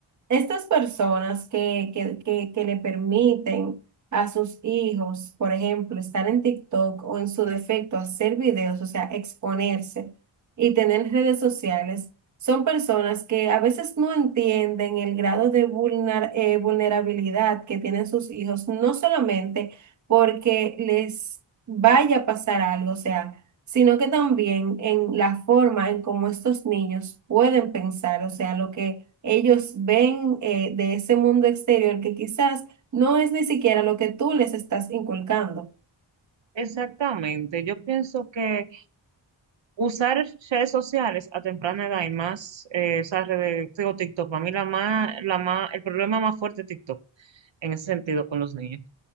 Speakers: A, on the right; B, on the right.
A: estas personas que, que, que, que le permiten a sus hijos, por ejemplo, estar en TikTok o en su defecto hacer videos, o sea, exponerse y tener redes sociales, son personas que a veces no entienden el grado de vulner- eh, vulnerabilidad que tienen sus hijos, no solamente porque les vaya a pasar algo, o sea, sino que también en la forma en cómo estos niños pueden pensar, o sea, lo que ellos ven eh, de ese mundo exterior que quizás no es ni siquiera lo que tú les estás inculcando.
B: Exactamente, yo pienso que Usar redes sociales a temprana edad y más, eh, esa red de- digo, TikTok, para mí la más, la más, el problema más fuerte es TikTok en ese sentido con los niños,